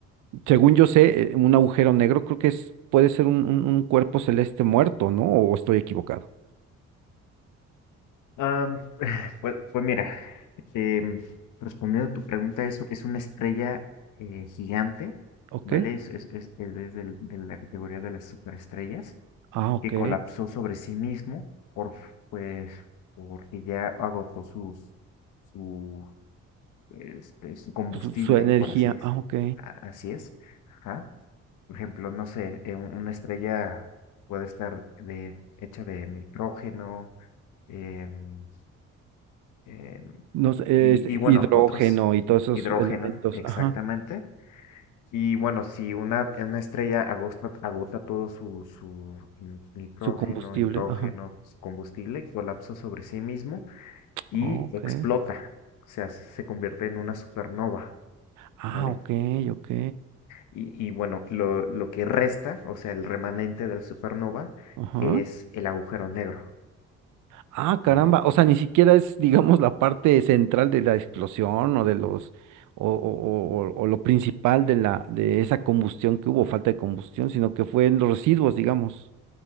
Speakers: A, on the right; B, on the left.
A: según yo sé, eh, un agujero negro creo que es, puede ser un, un- un cuerpo celeste muerto, ¿no? ¿O estoy equivocado?
B: Am, <laughs> <sighs> pues, pues mira, em, respondiendo a tu pregunta, es, es una estrella eh, gigante,
A: Ok.
B: ¿vale? Es, es, es- es desde el- de la categoría de las superestrellas.
A: Ah, ok.
B: que colapsó sobre sí mismo por, pues, porque ya agotó sus, su, este, su combustible,
A: Pues su su energía.
B: por así es.
A: Ah, ok.
B: a- Así es. Ajá. Por ejemplo, no sé, eh, un- una estrella puede estar de, hecha de nitrógeno, em, em,
A: No sé,
B: y,
A: es
B: y bueno,
A: hidrógeno
B: otros
A: y todos esos
B: hidrógenos,
A: elementos,
B: exactamente.
A: ajá,
B: Y bueno, si una, una estrella agota, agota todo su, su n- nitrógeno,
A: su combustible,
B: hidrógeno,
A: ajá.
B: su combustible, colapsa sobre sí mismo y
A: Ok.
B: explota. O sea, se se convierte en una supernova,
A: Ah,
B: ¿vale?
A: ok, ok.
B: Y, y bueno, lo, lo que resta, o sea, el remanente de la supernova
A: Ajá.
B: es el agujero negro,
A: Ah, caramba.
B: ¿vale?
A: O sea, ni siquiera es, digamos, la parte central de la explosión o de los, o, o, o- o- o lo principal de la, de esa combustión que hubo, falta de combustión, sino que fue en los residuos, digamos,